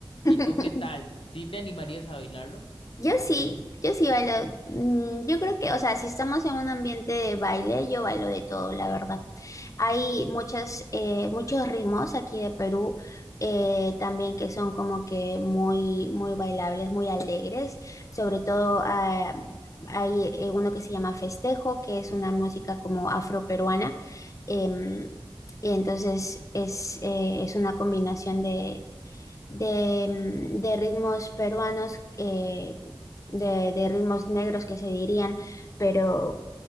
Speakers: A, on the left; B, on the left.
A: <laughs>
B: ¿Y tú qué tal? ¿Sí te animarías a bailarlo?
A: Yo sí, yo sí bailo. Mm, Yo creo que, o sea, si estamos en un ambiente de baile, yo bailo de todo, la verdad. Hay muchas, eh, muchos ritmos aquí de Perú eh, también que son como que muy, muy bailables, muy alegres. Sobre todo ah, hay eh, uno que se llama Festejo, que es una música como afroperuana. em, y entonces es, eh, es una combinación de, de, mm, de ritmos peruanos. eh, de, de ritmos negros que se dirían, pero